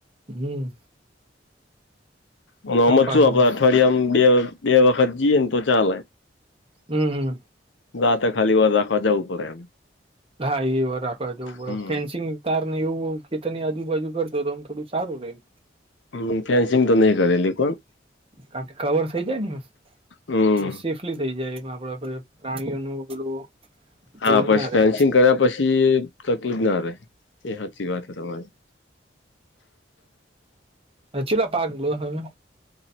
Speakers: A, on the right; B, on the left.
A: હમ.
B: અને
A: કપાળામાં
B: ઓમજ છું આપે અઠવાડીયામાં બે બે વખત જઈએ ને તો ચાલે.
A: હમ હમ.
B: રાતે ખાલી વર રાખવા જવું પડે.
A: હા એ વર રાખવા જવું પડે
B: હમ.
A: ફેન્સિંગ. તાર ને એવું ખેતરની આજુબાજુ કરદો તો આમ થોડું સારું રે એમ.
B: હ ફેન્સિંગ. તો નહી કરેલી કોણ
A: કારણ કે કવર થઇ જાય ને એમ
B: હમ.
A: એટલે શિફ્ટ. થઈ જાય એમ આપડે પ્રાણીઓનું પેલું.
B: હા
A: એવું
B: પછી
A: ના
B: ફેન્સિંગ
A: રે એમ
B: કર્યા પછી તકલીફ ના રહે એ હાચી વાત હે તમારી.
A: હ ચીટલા પાક લ્યો હો તમે.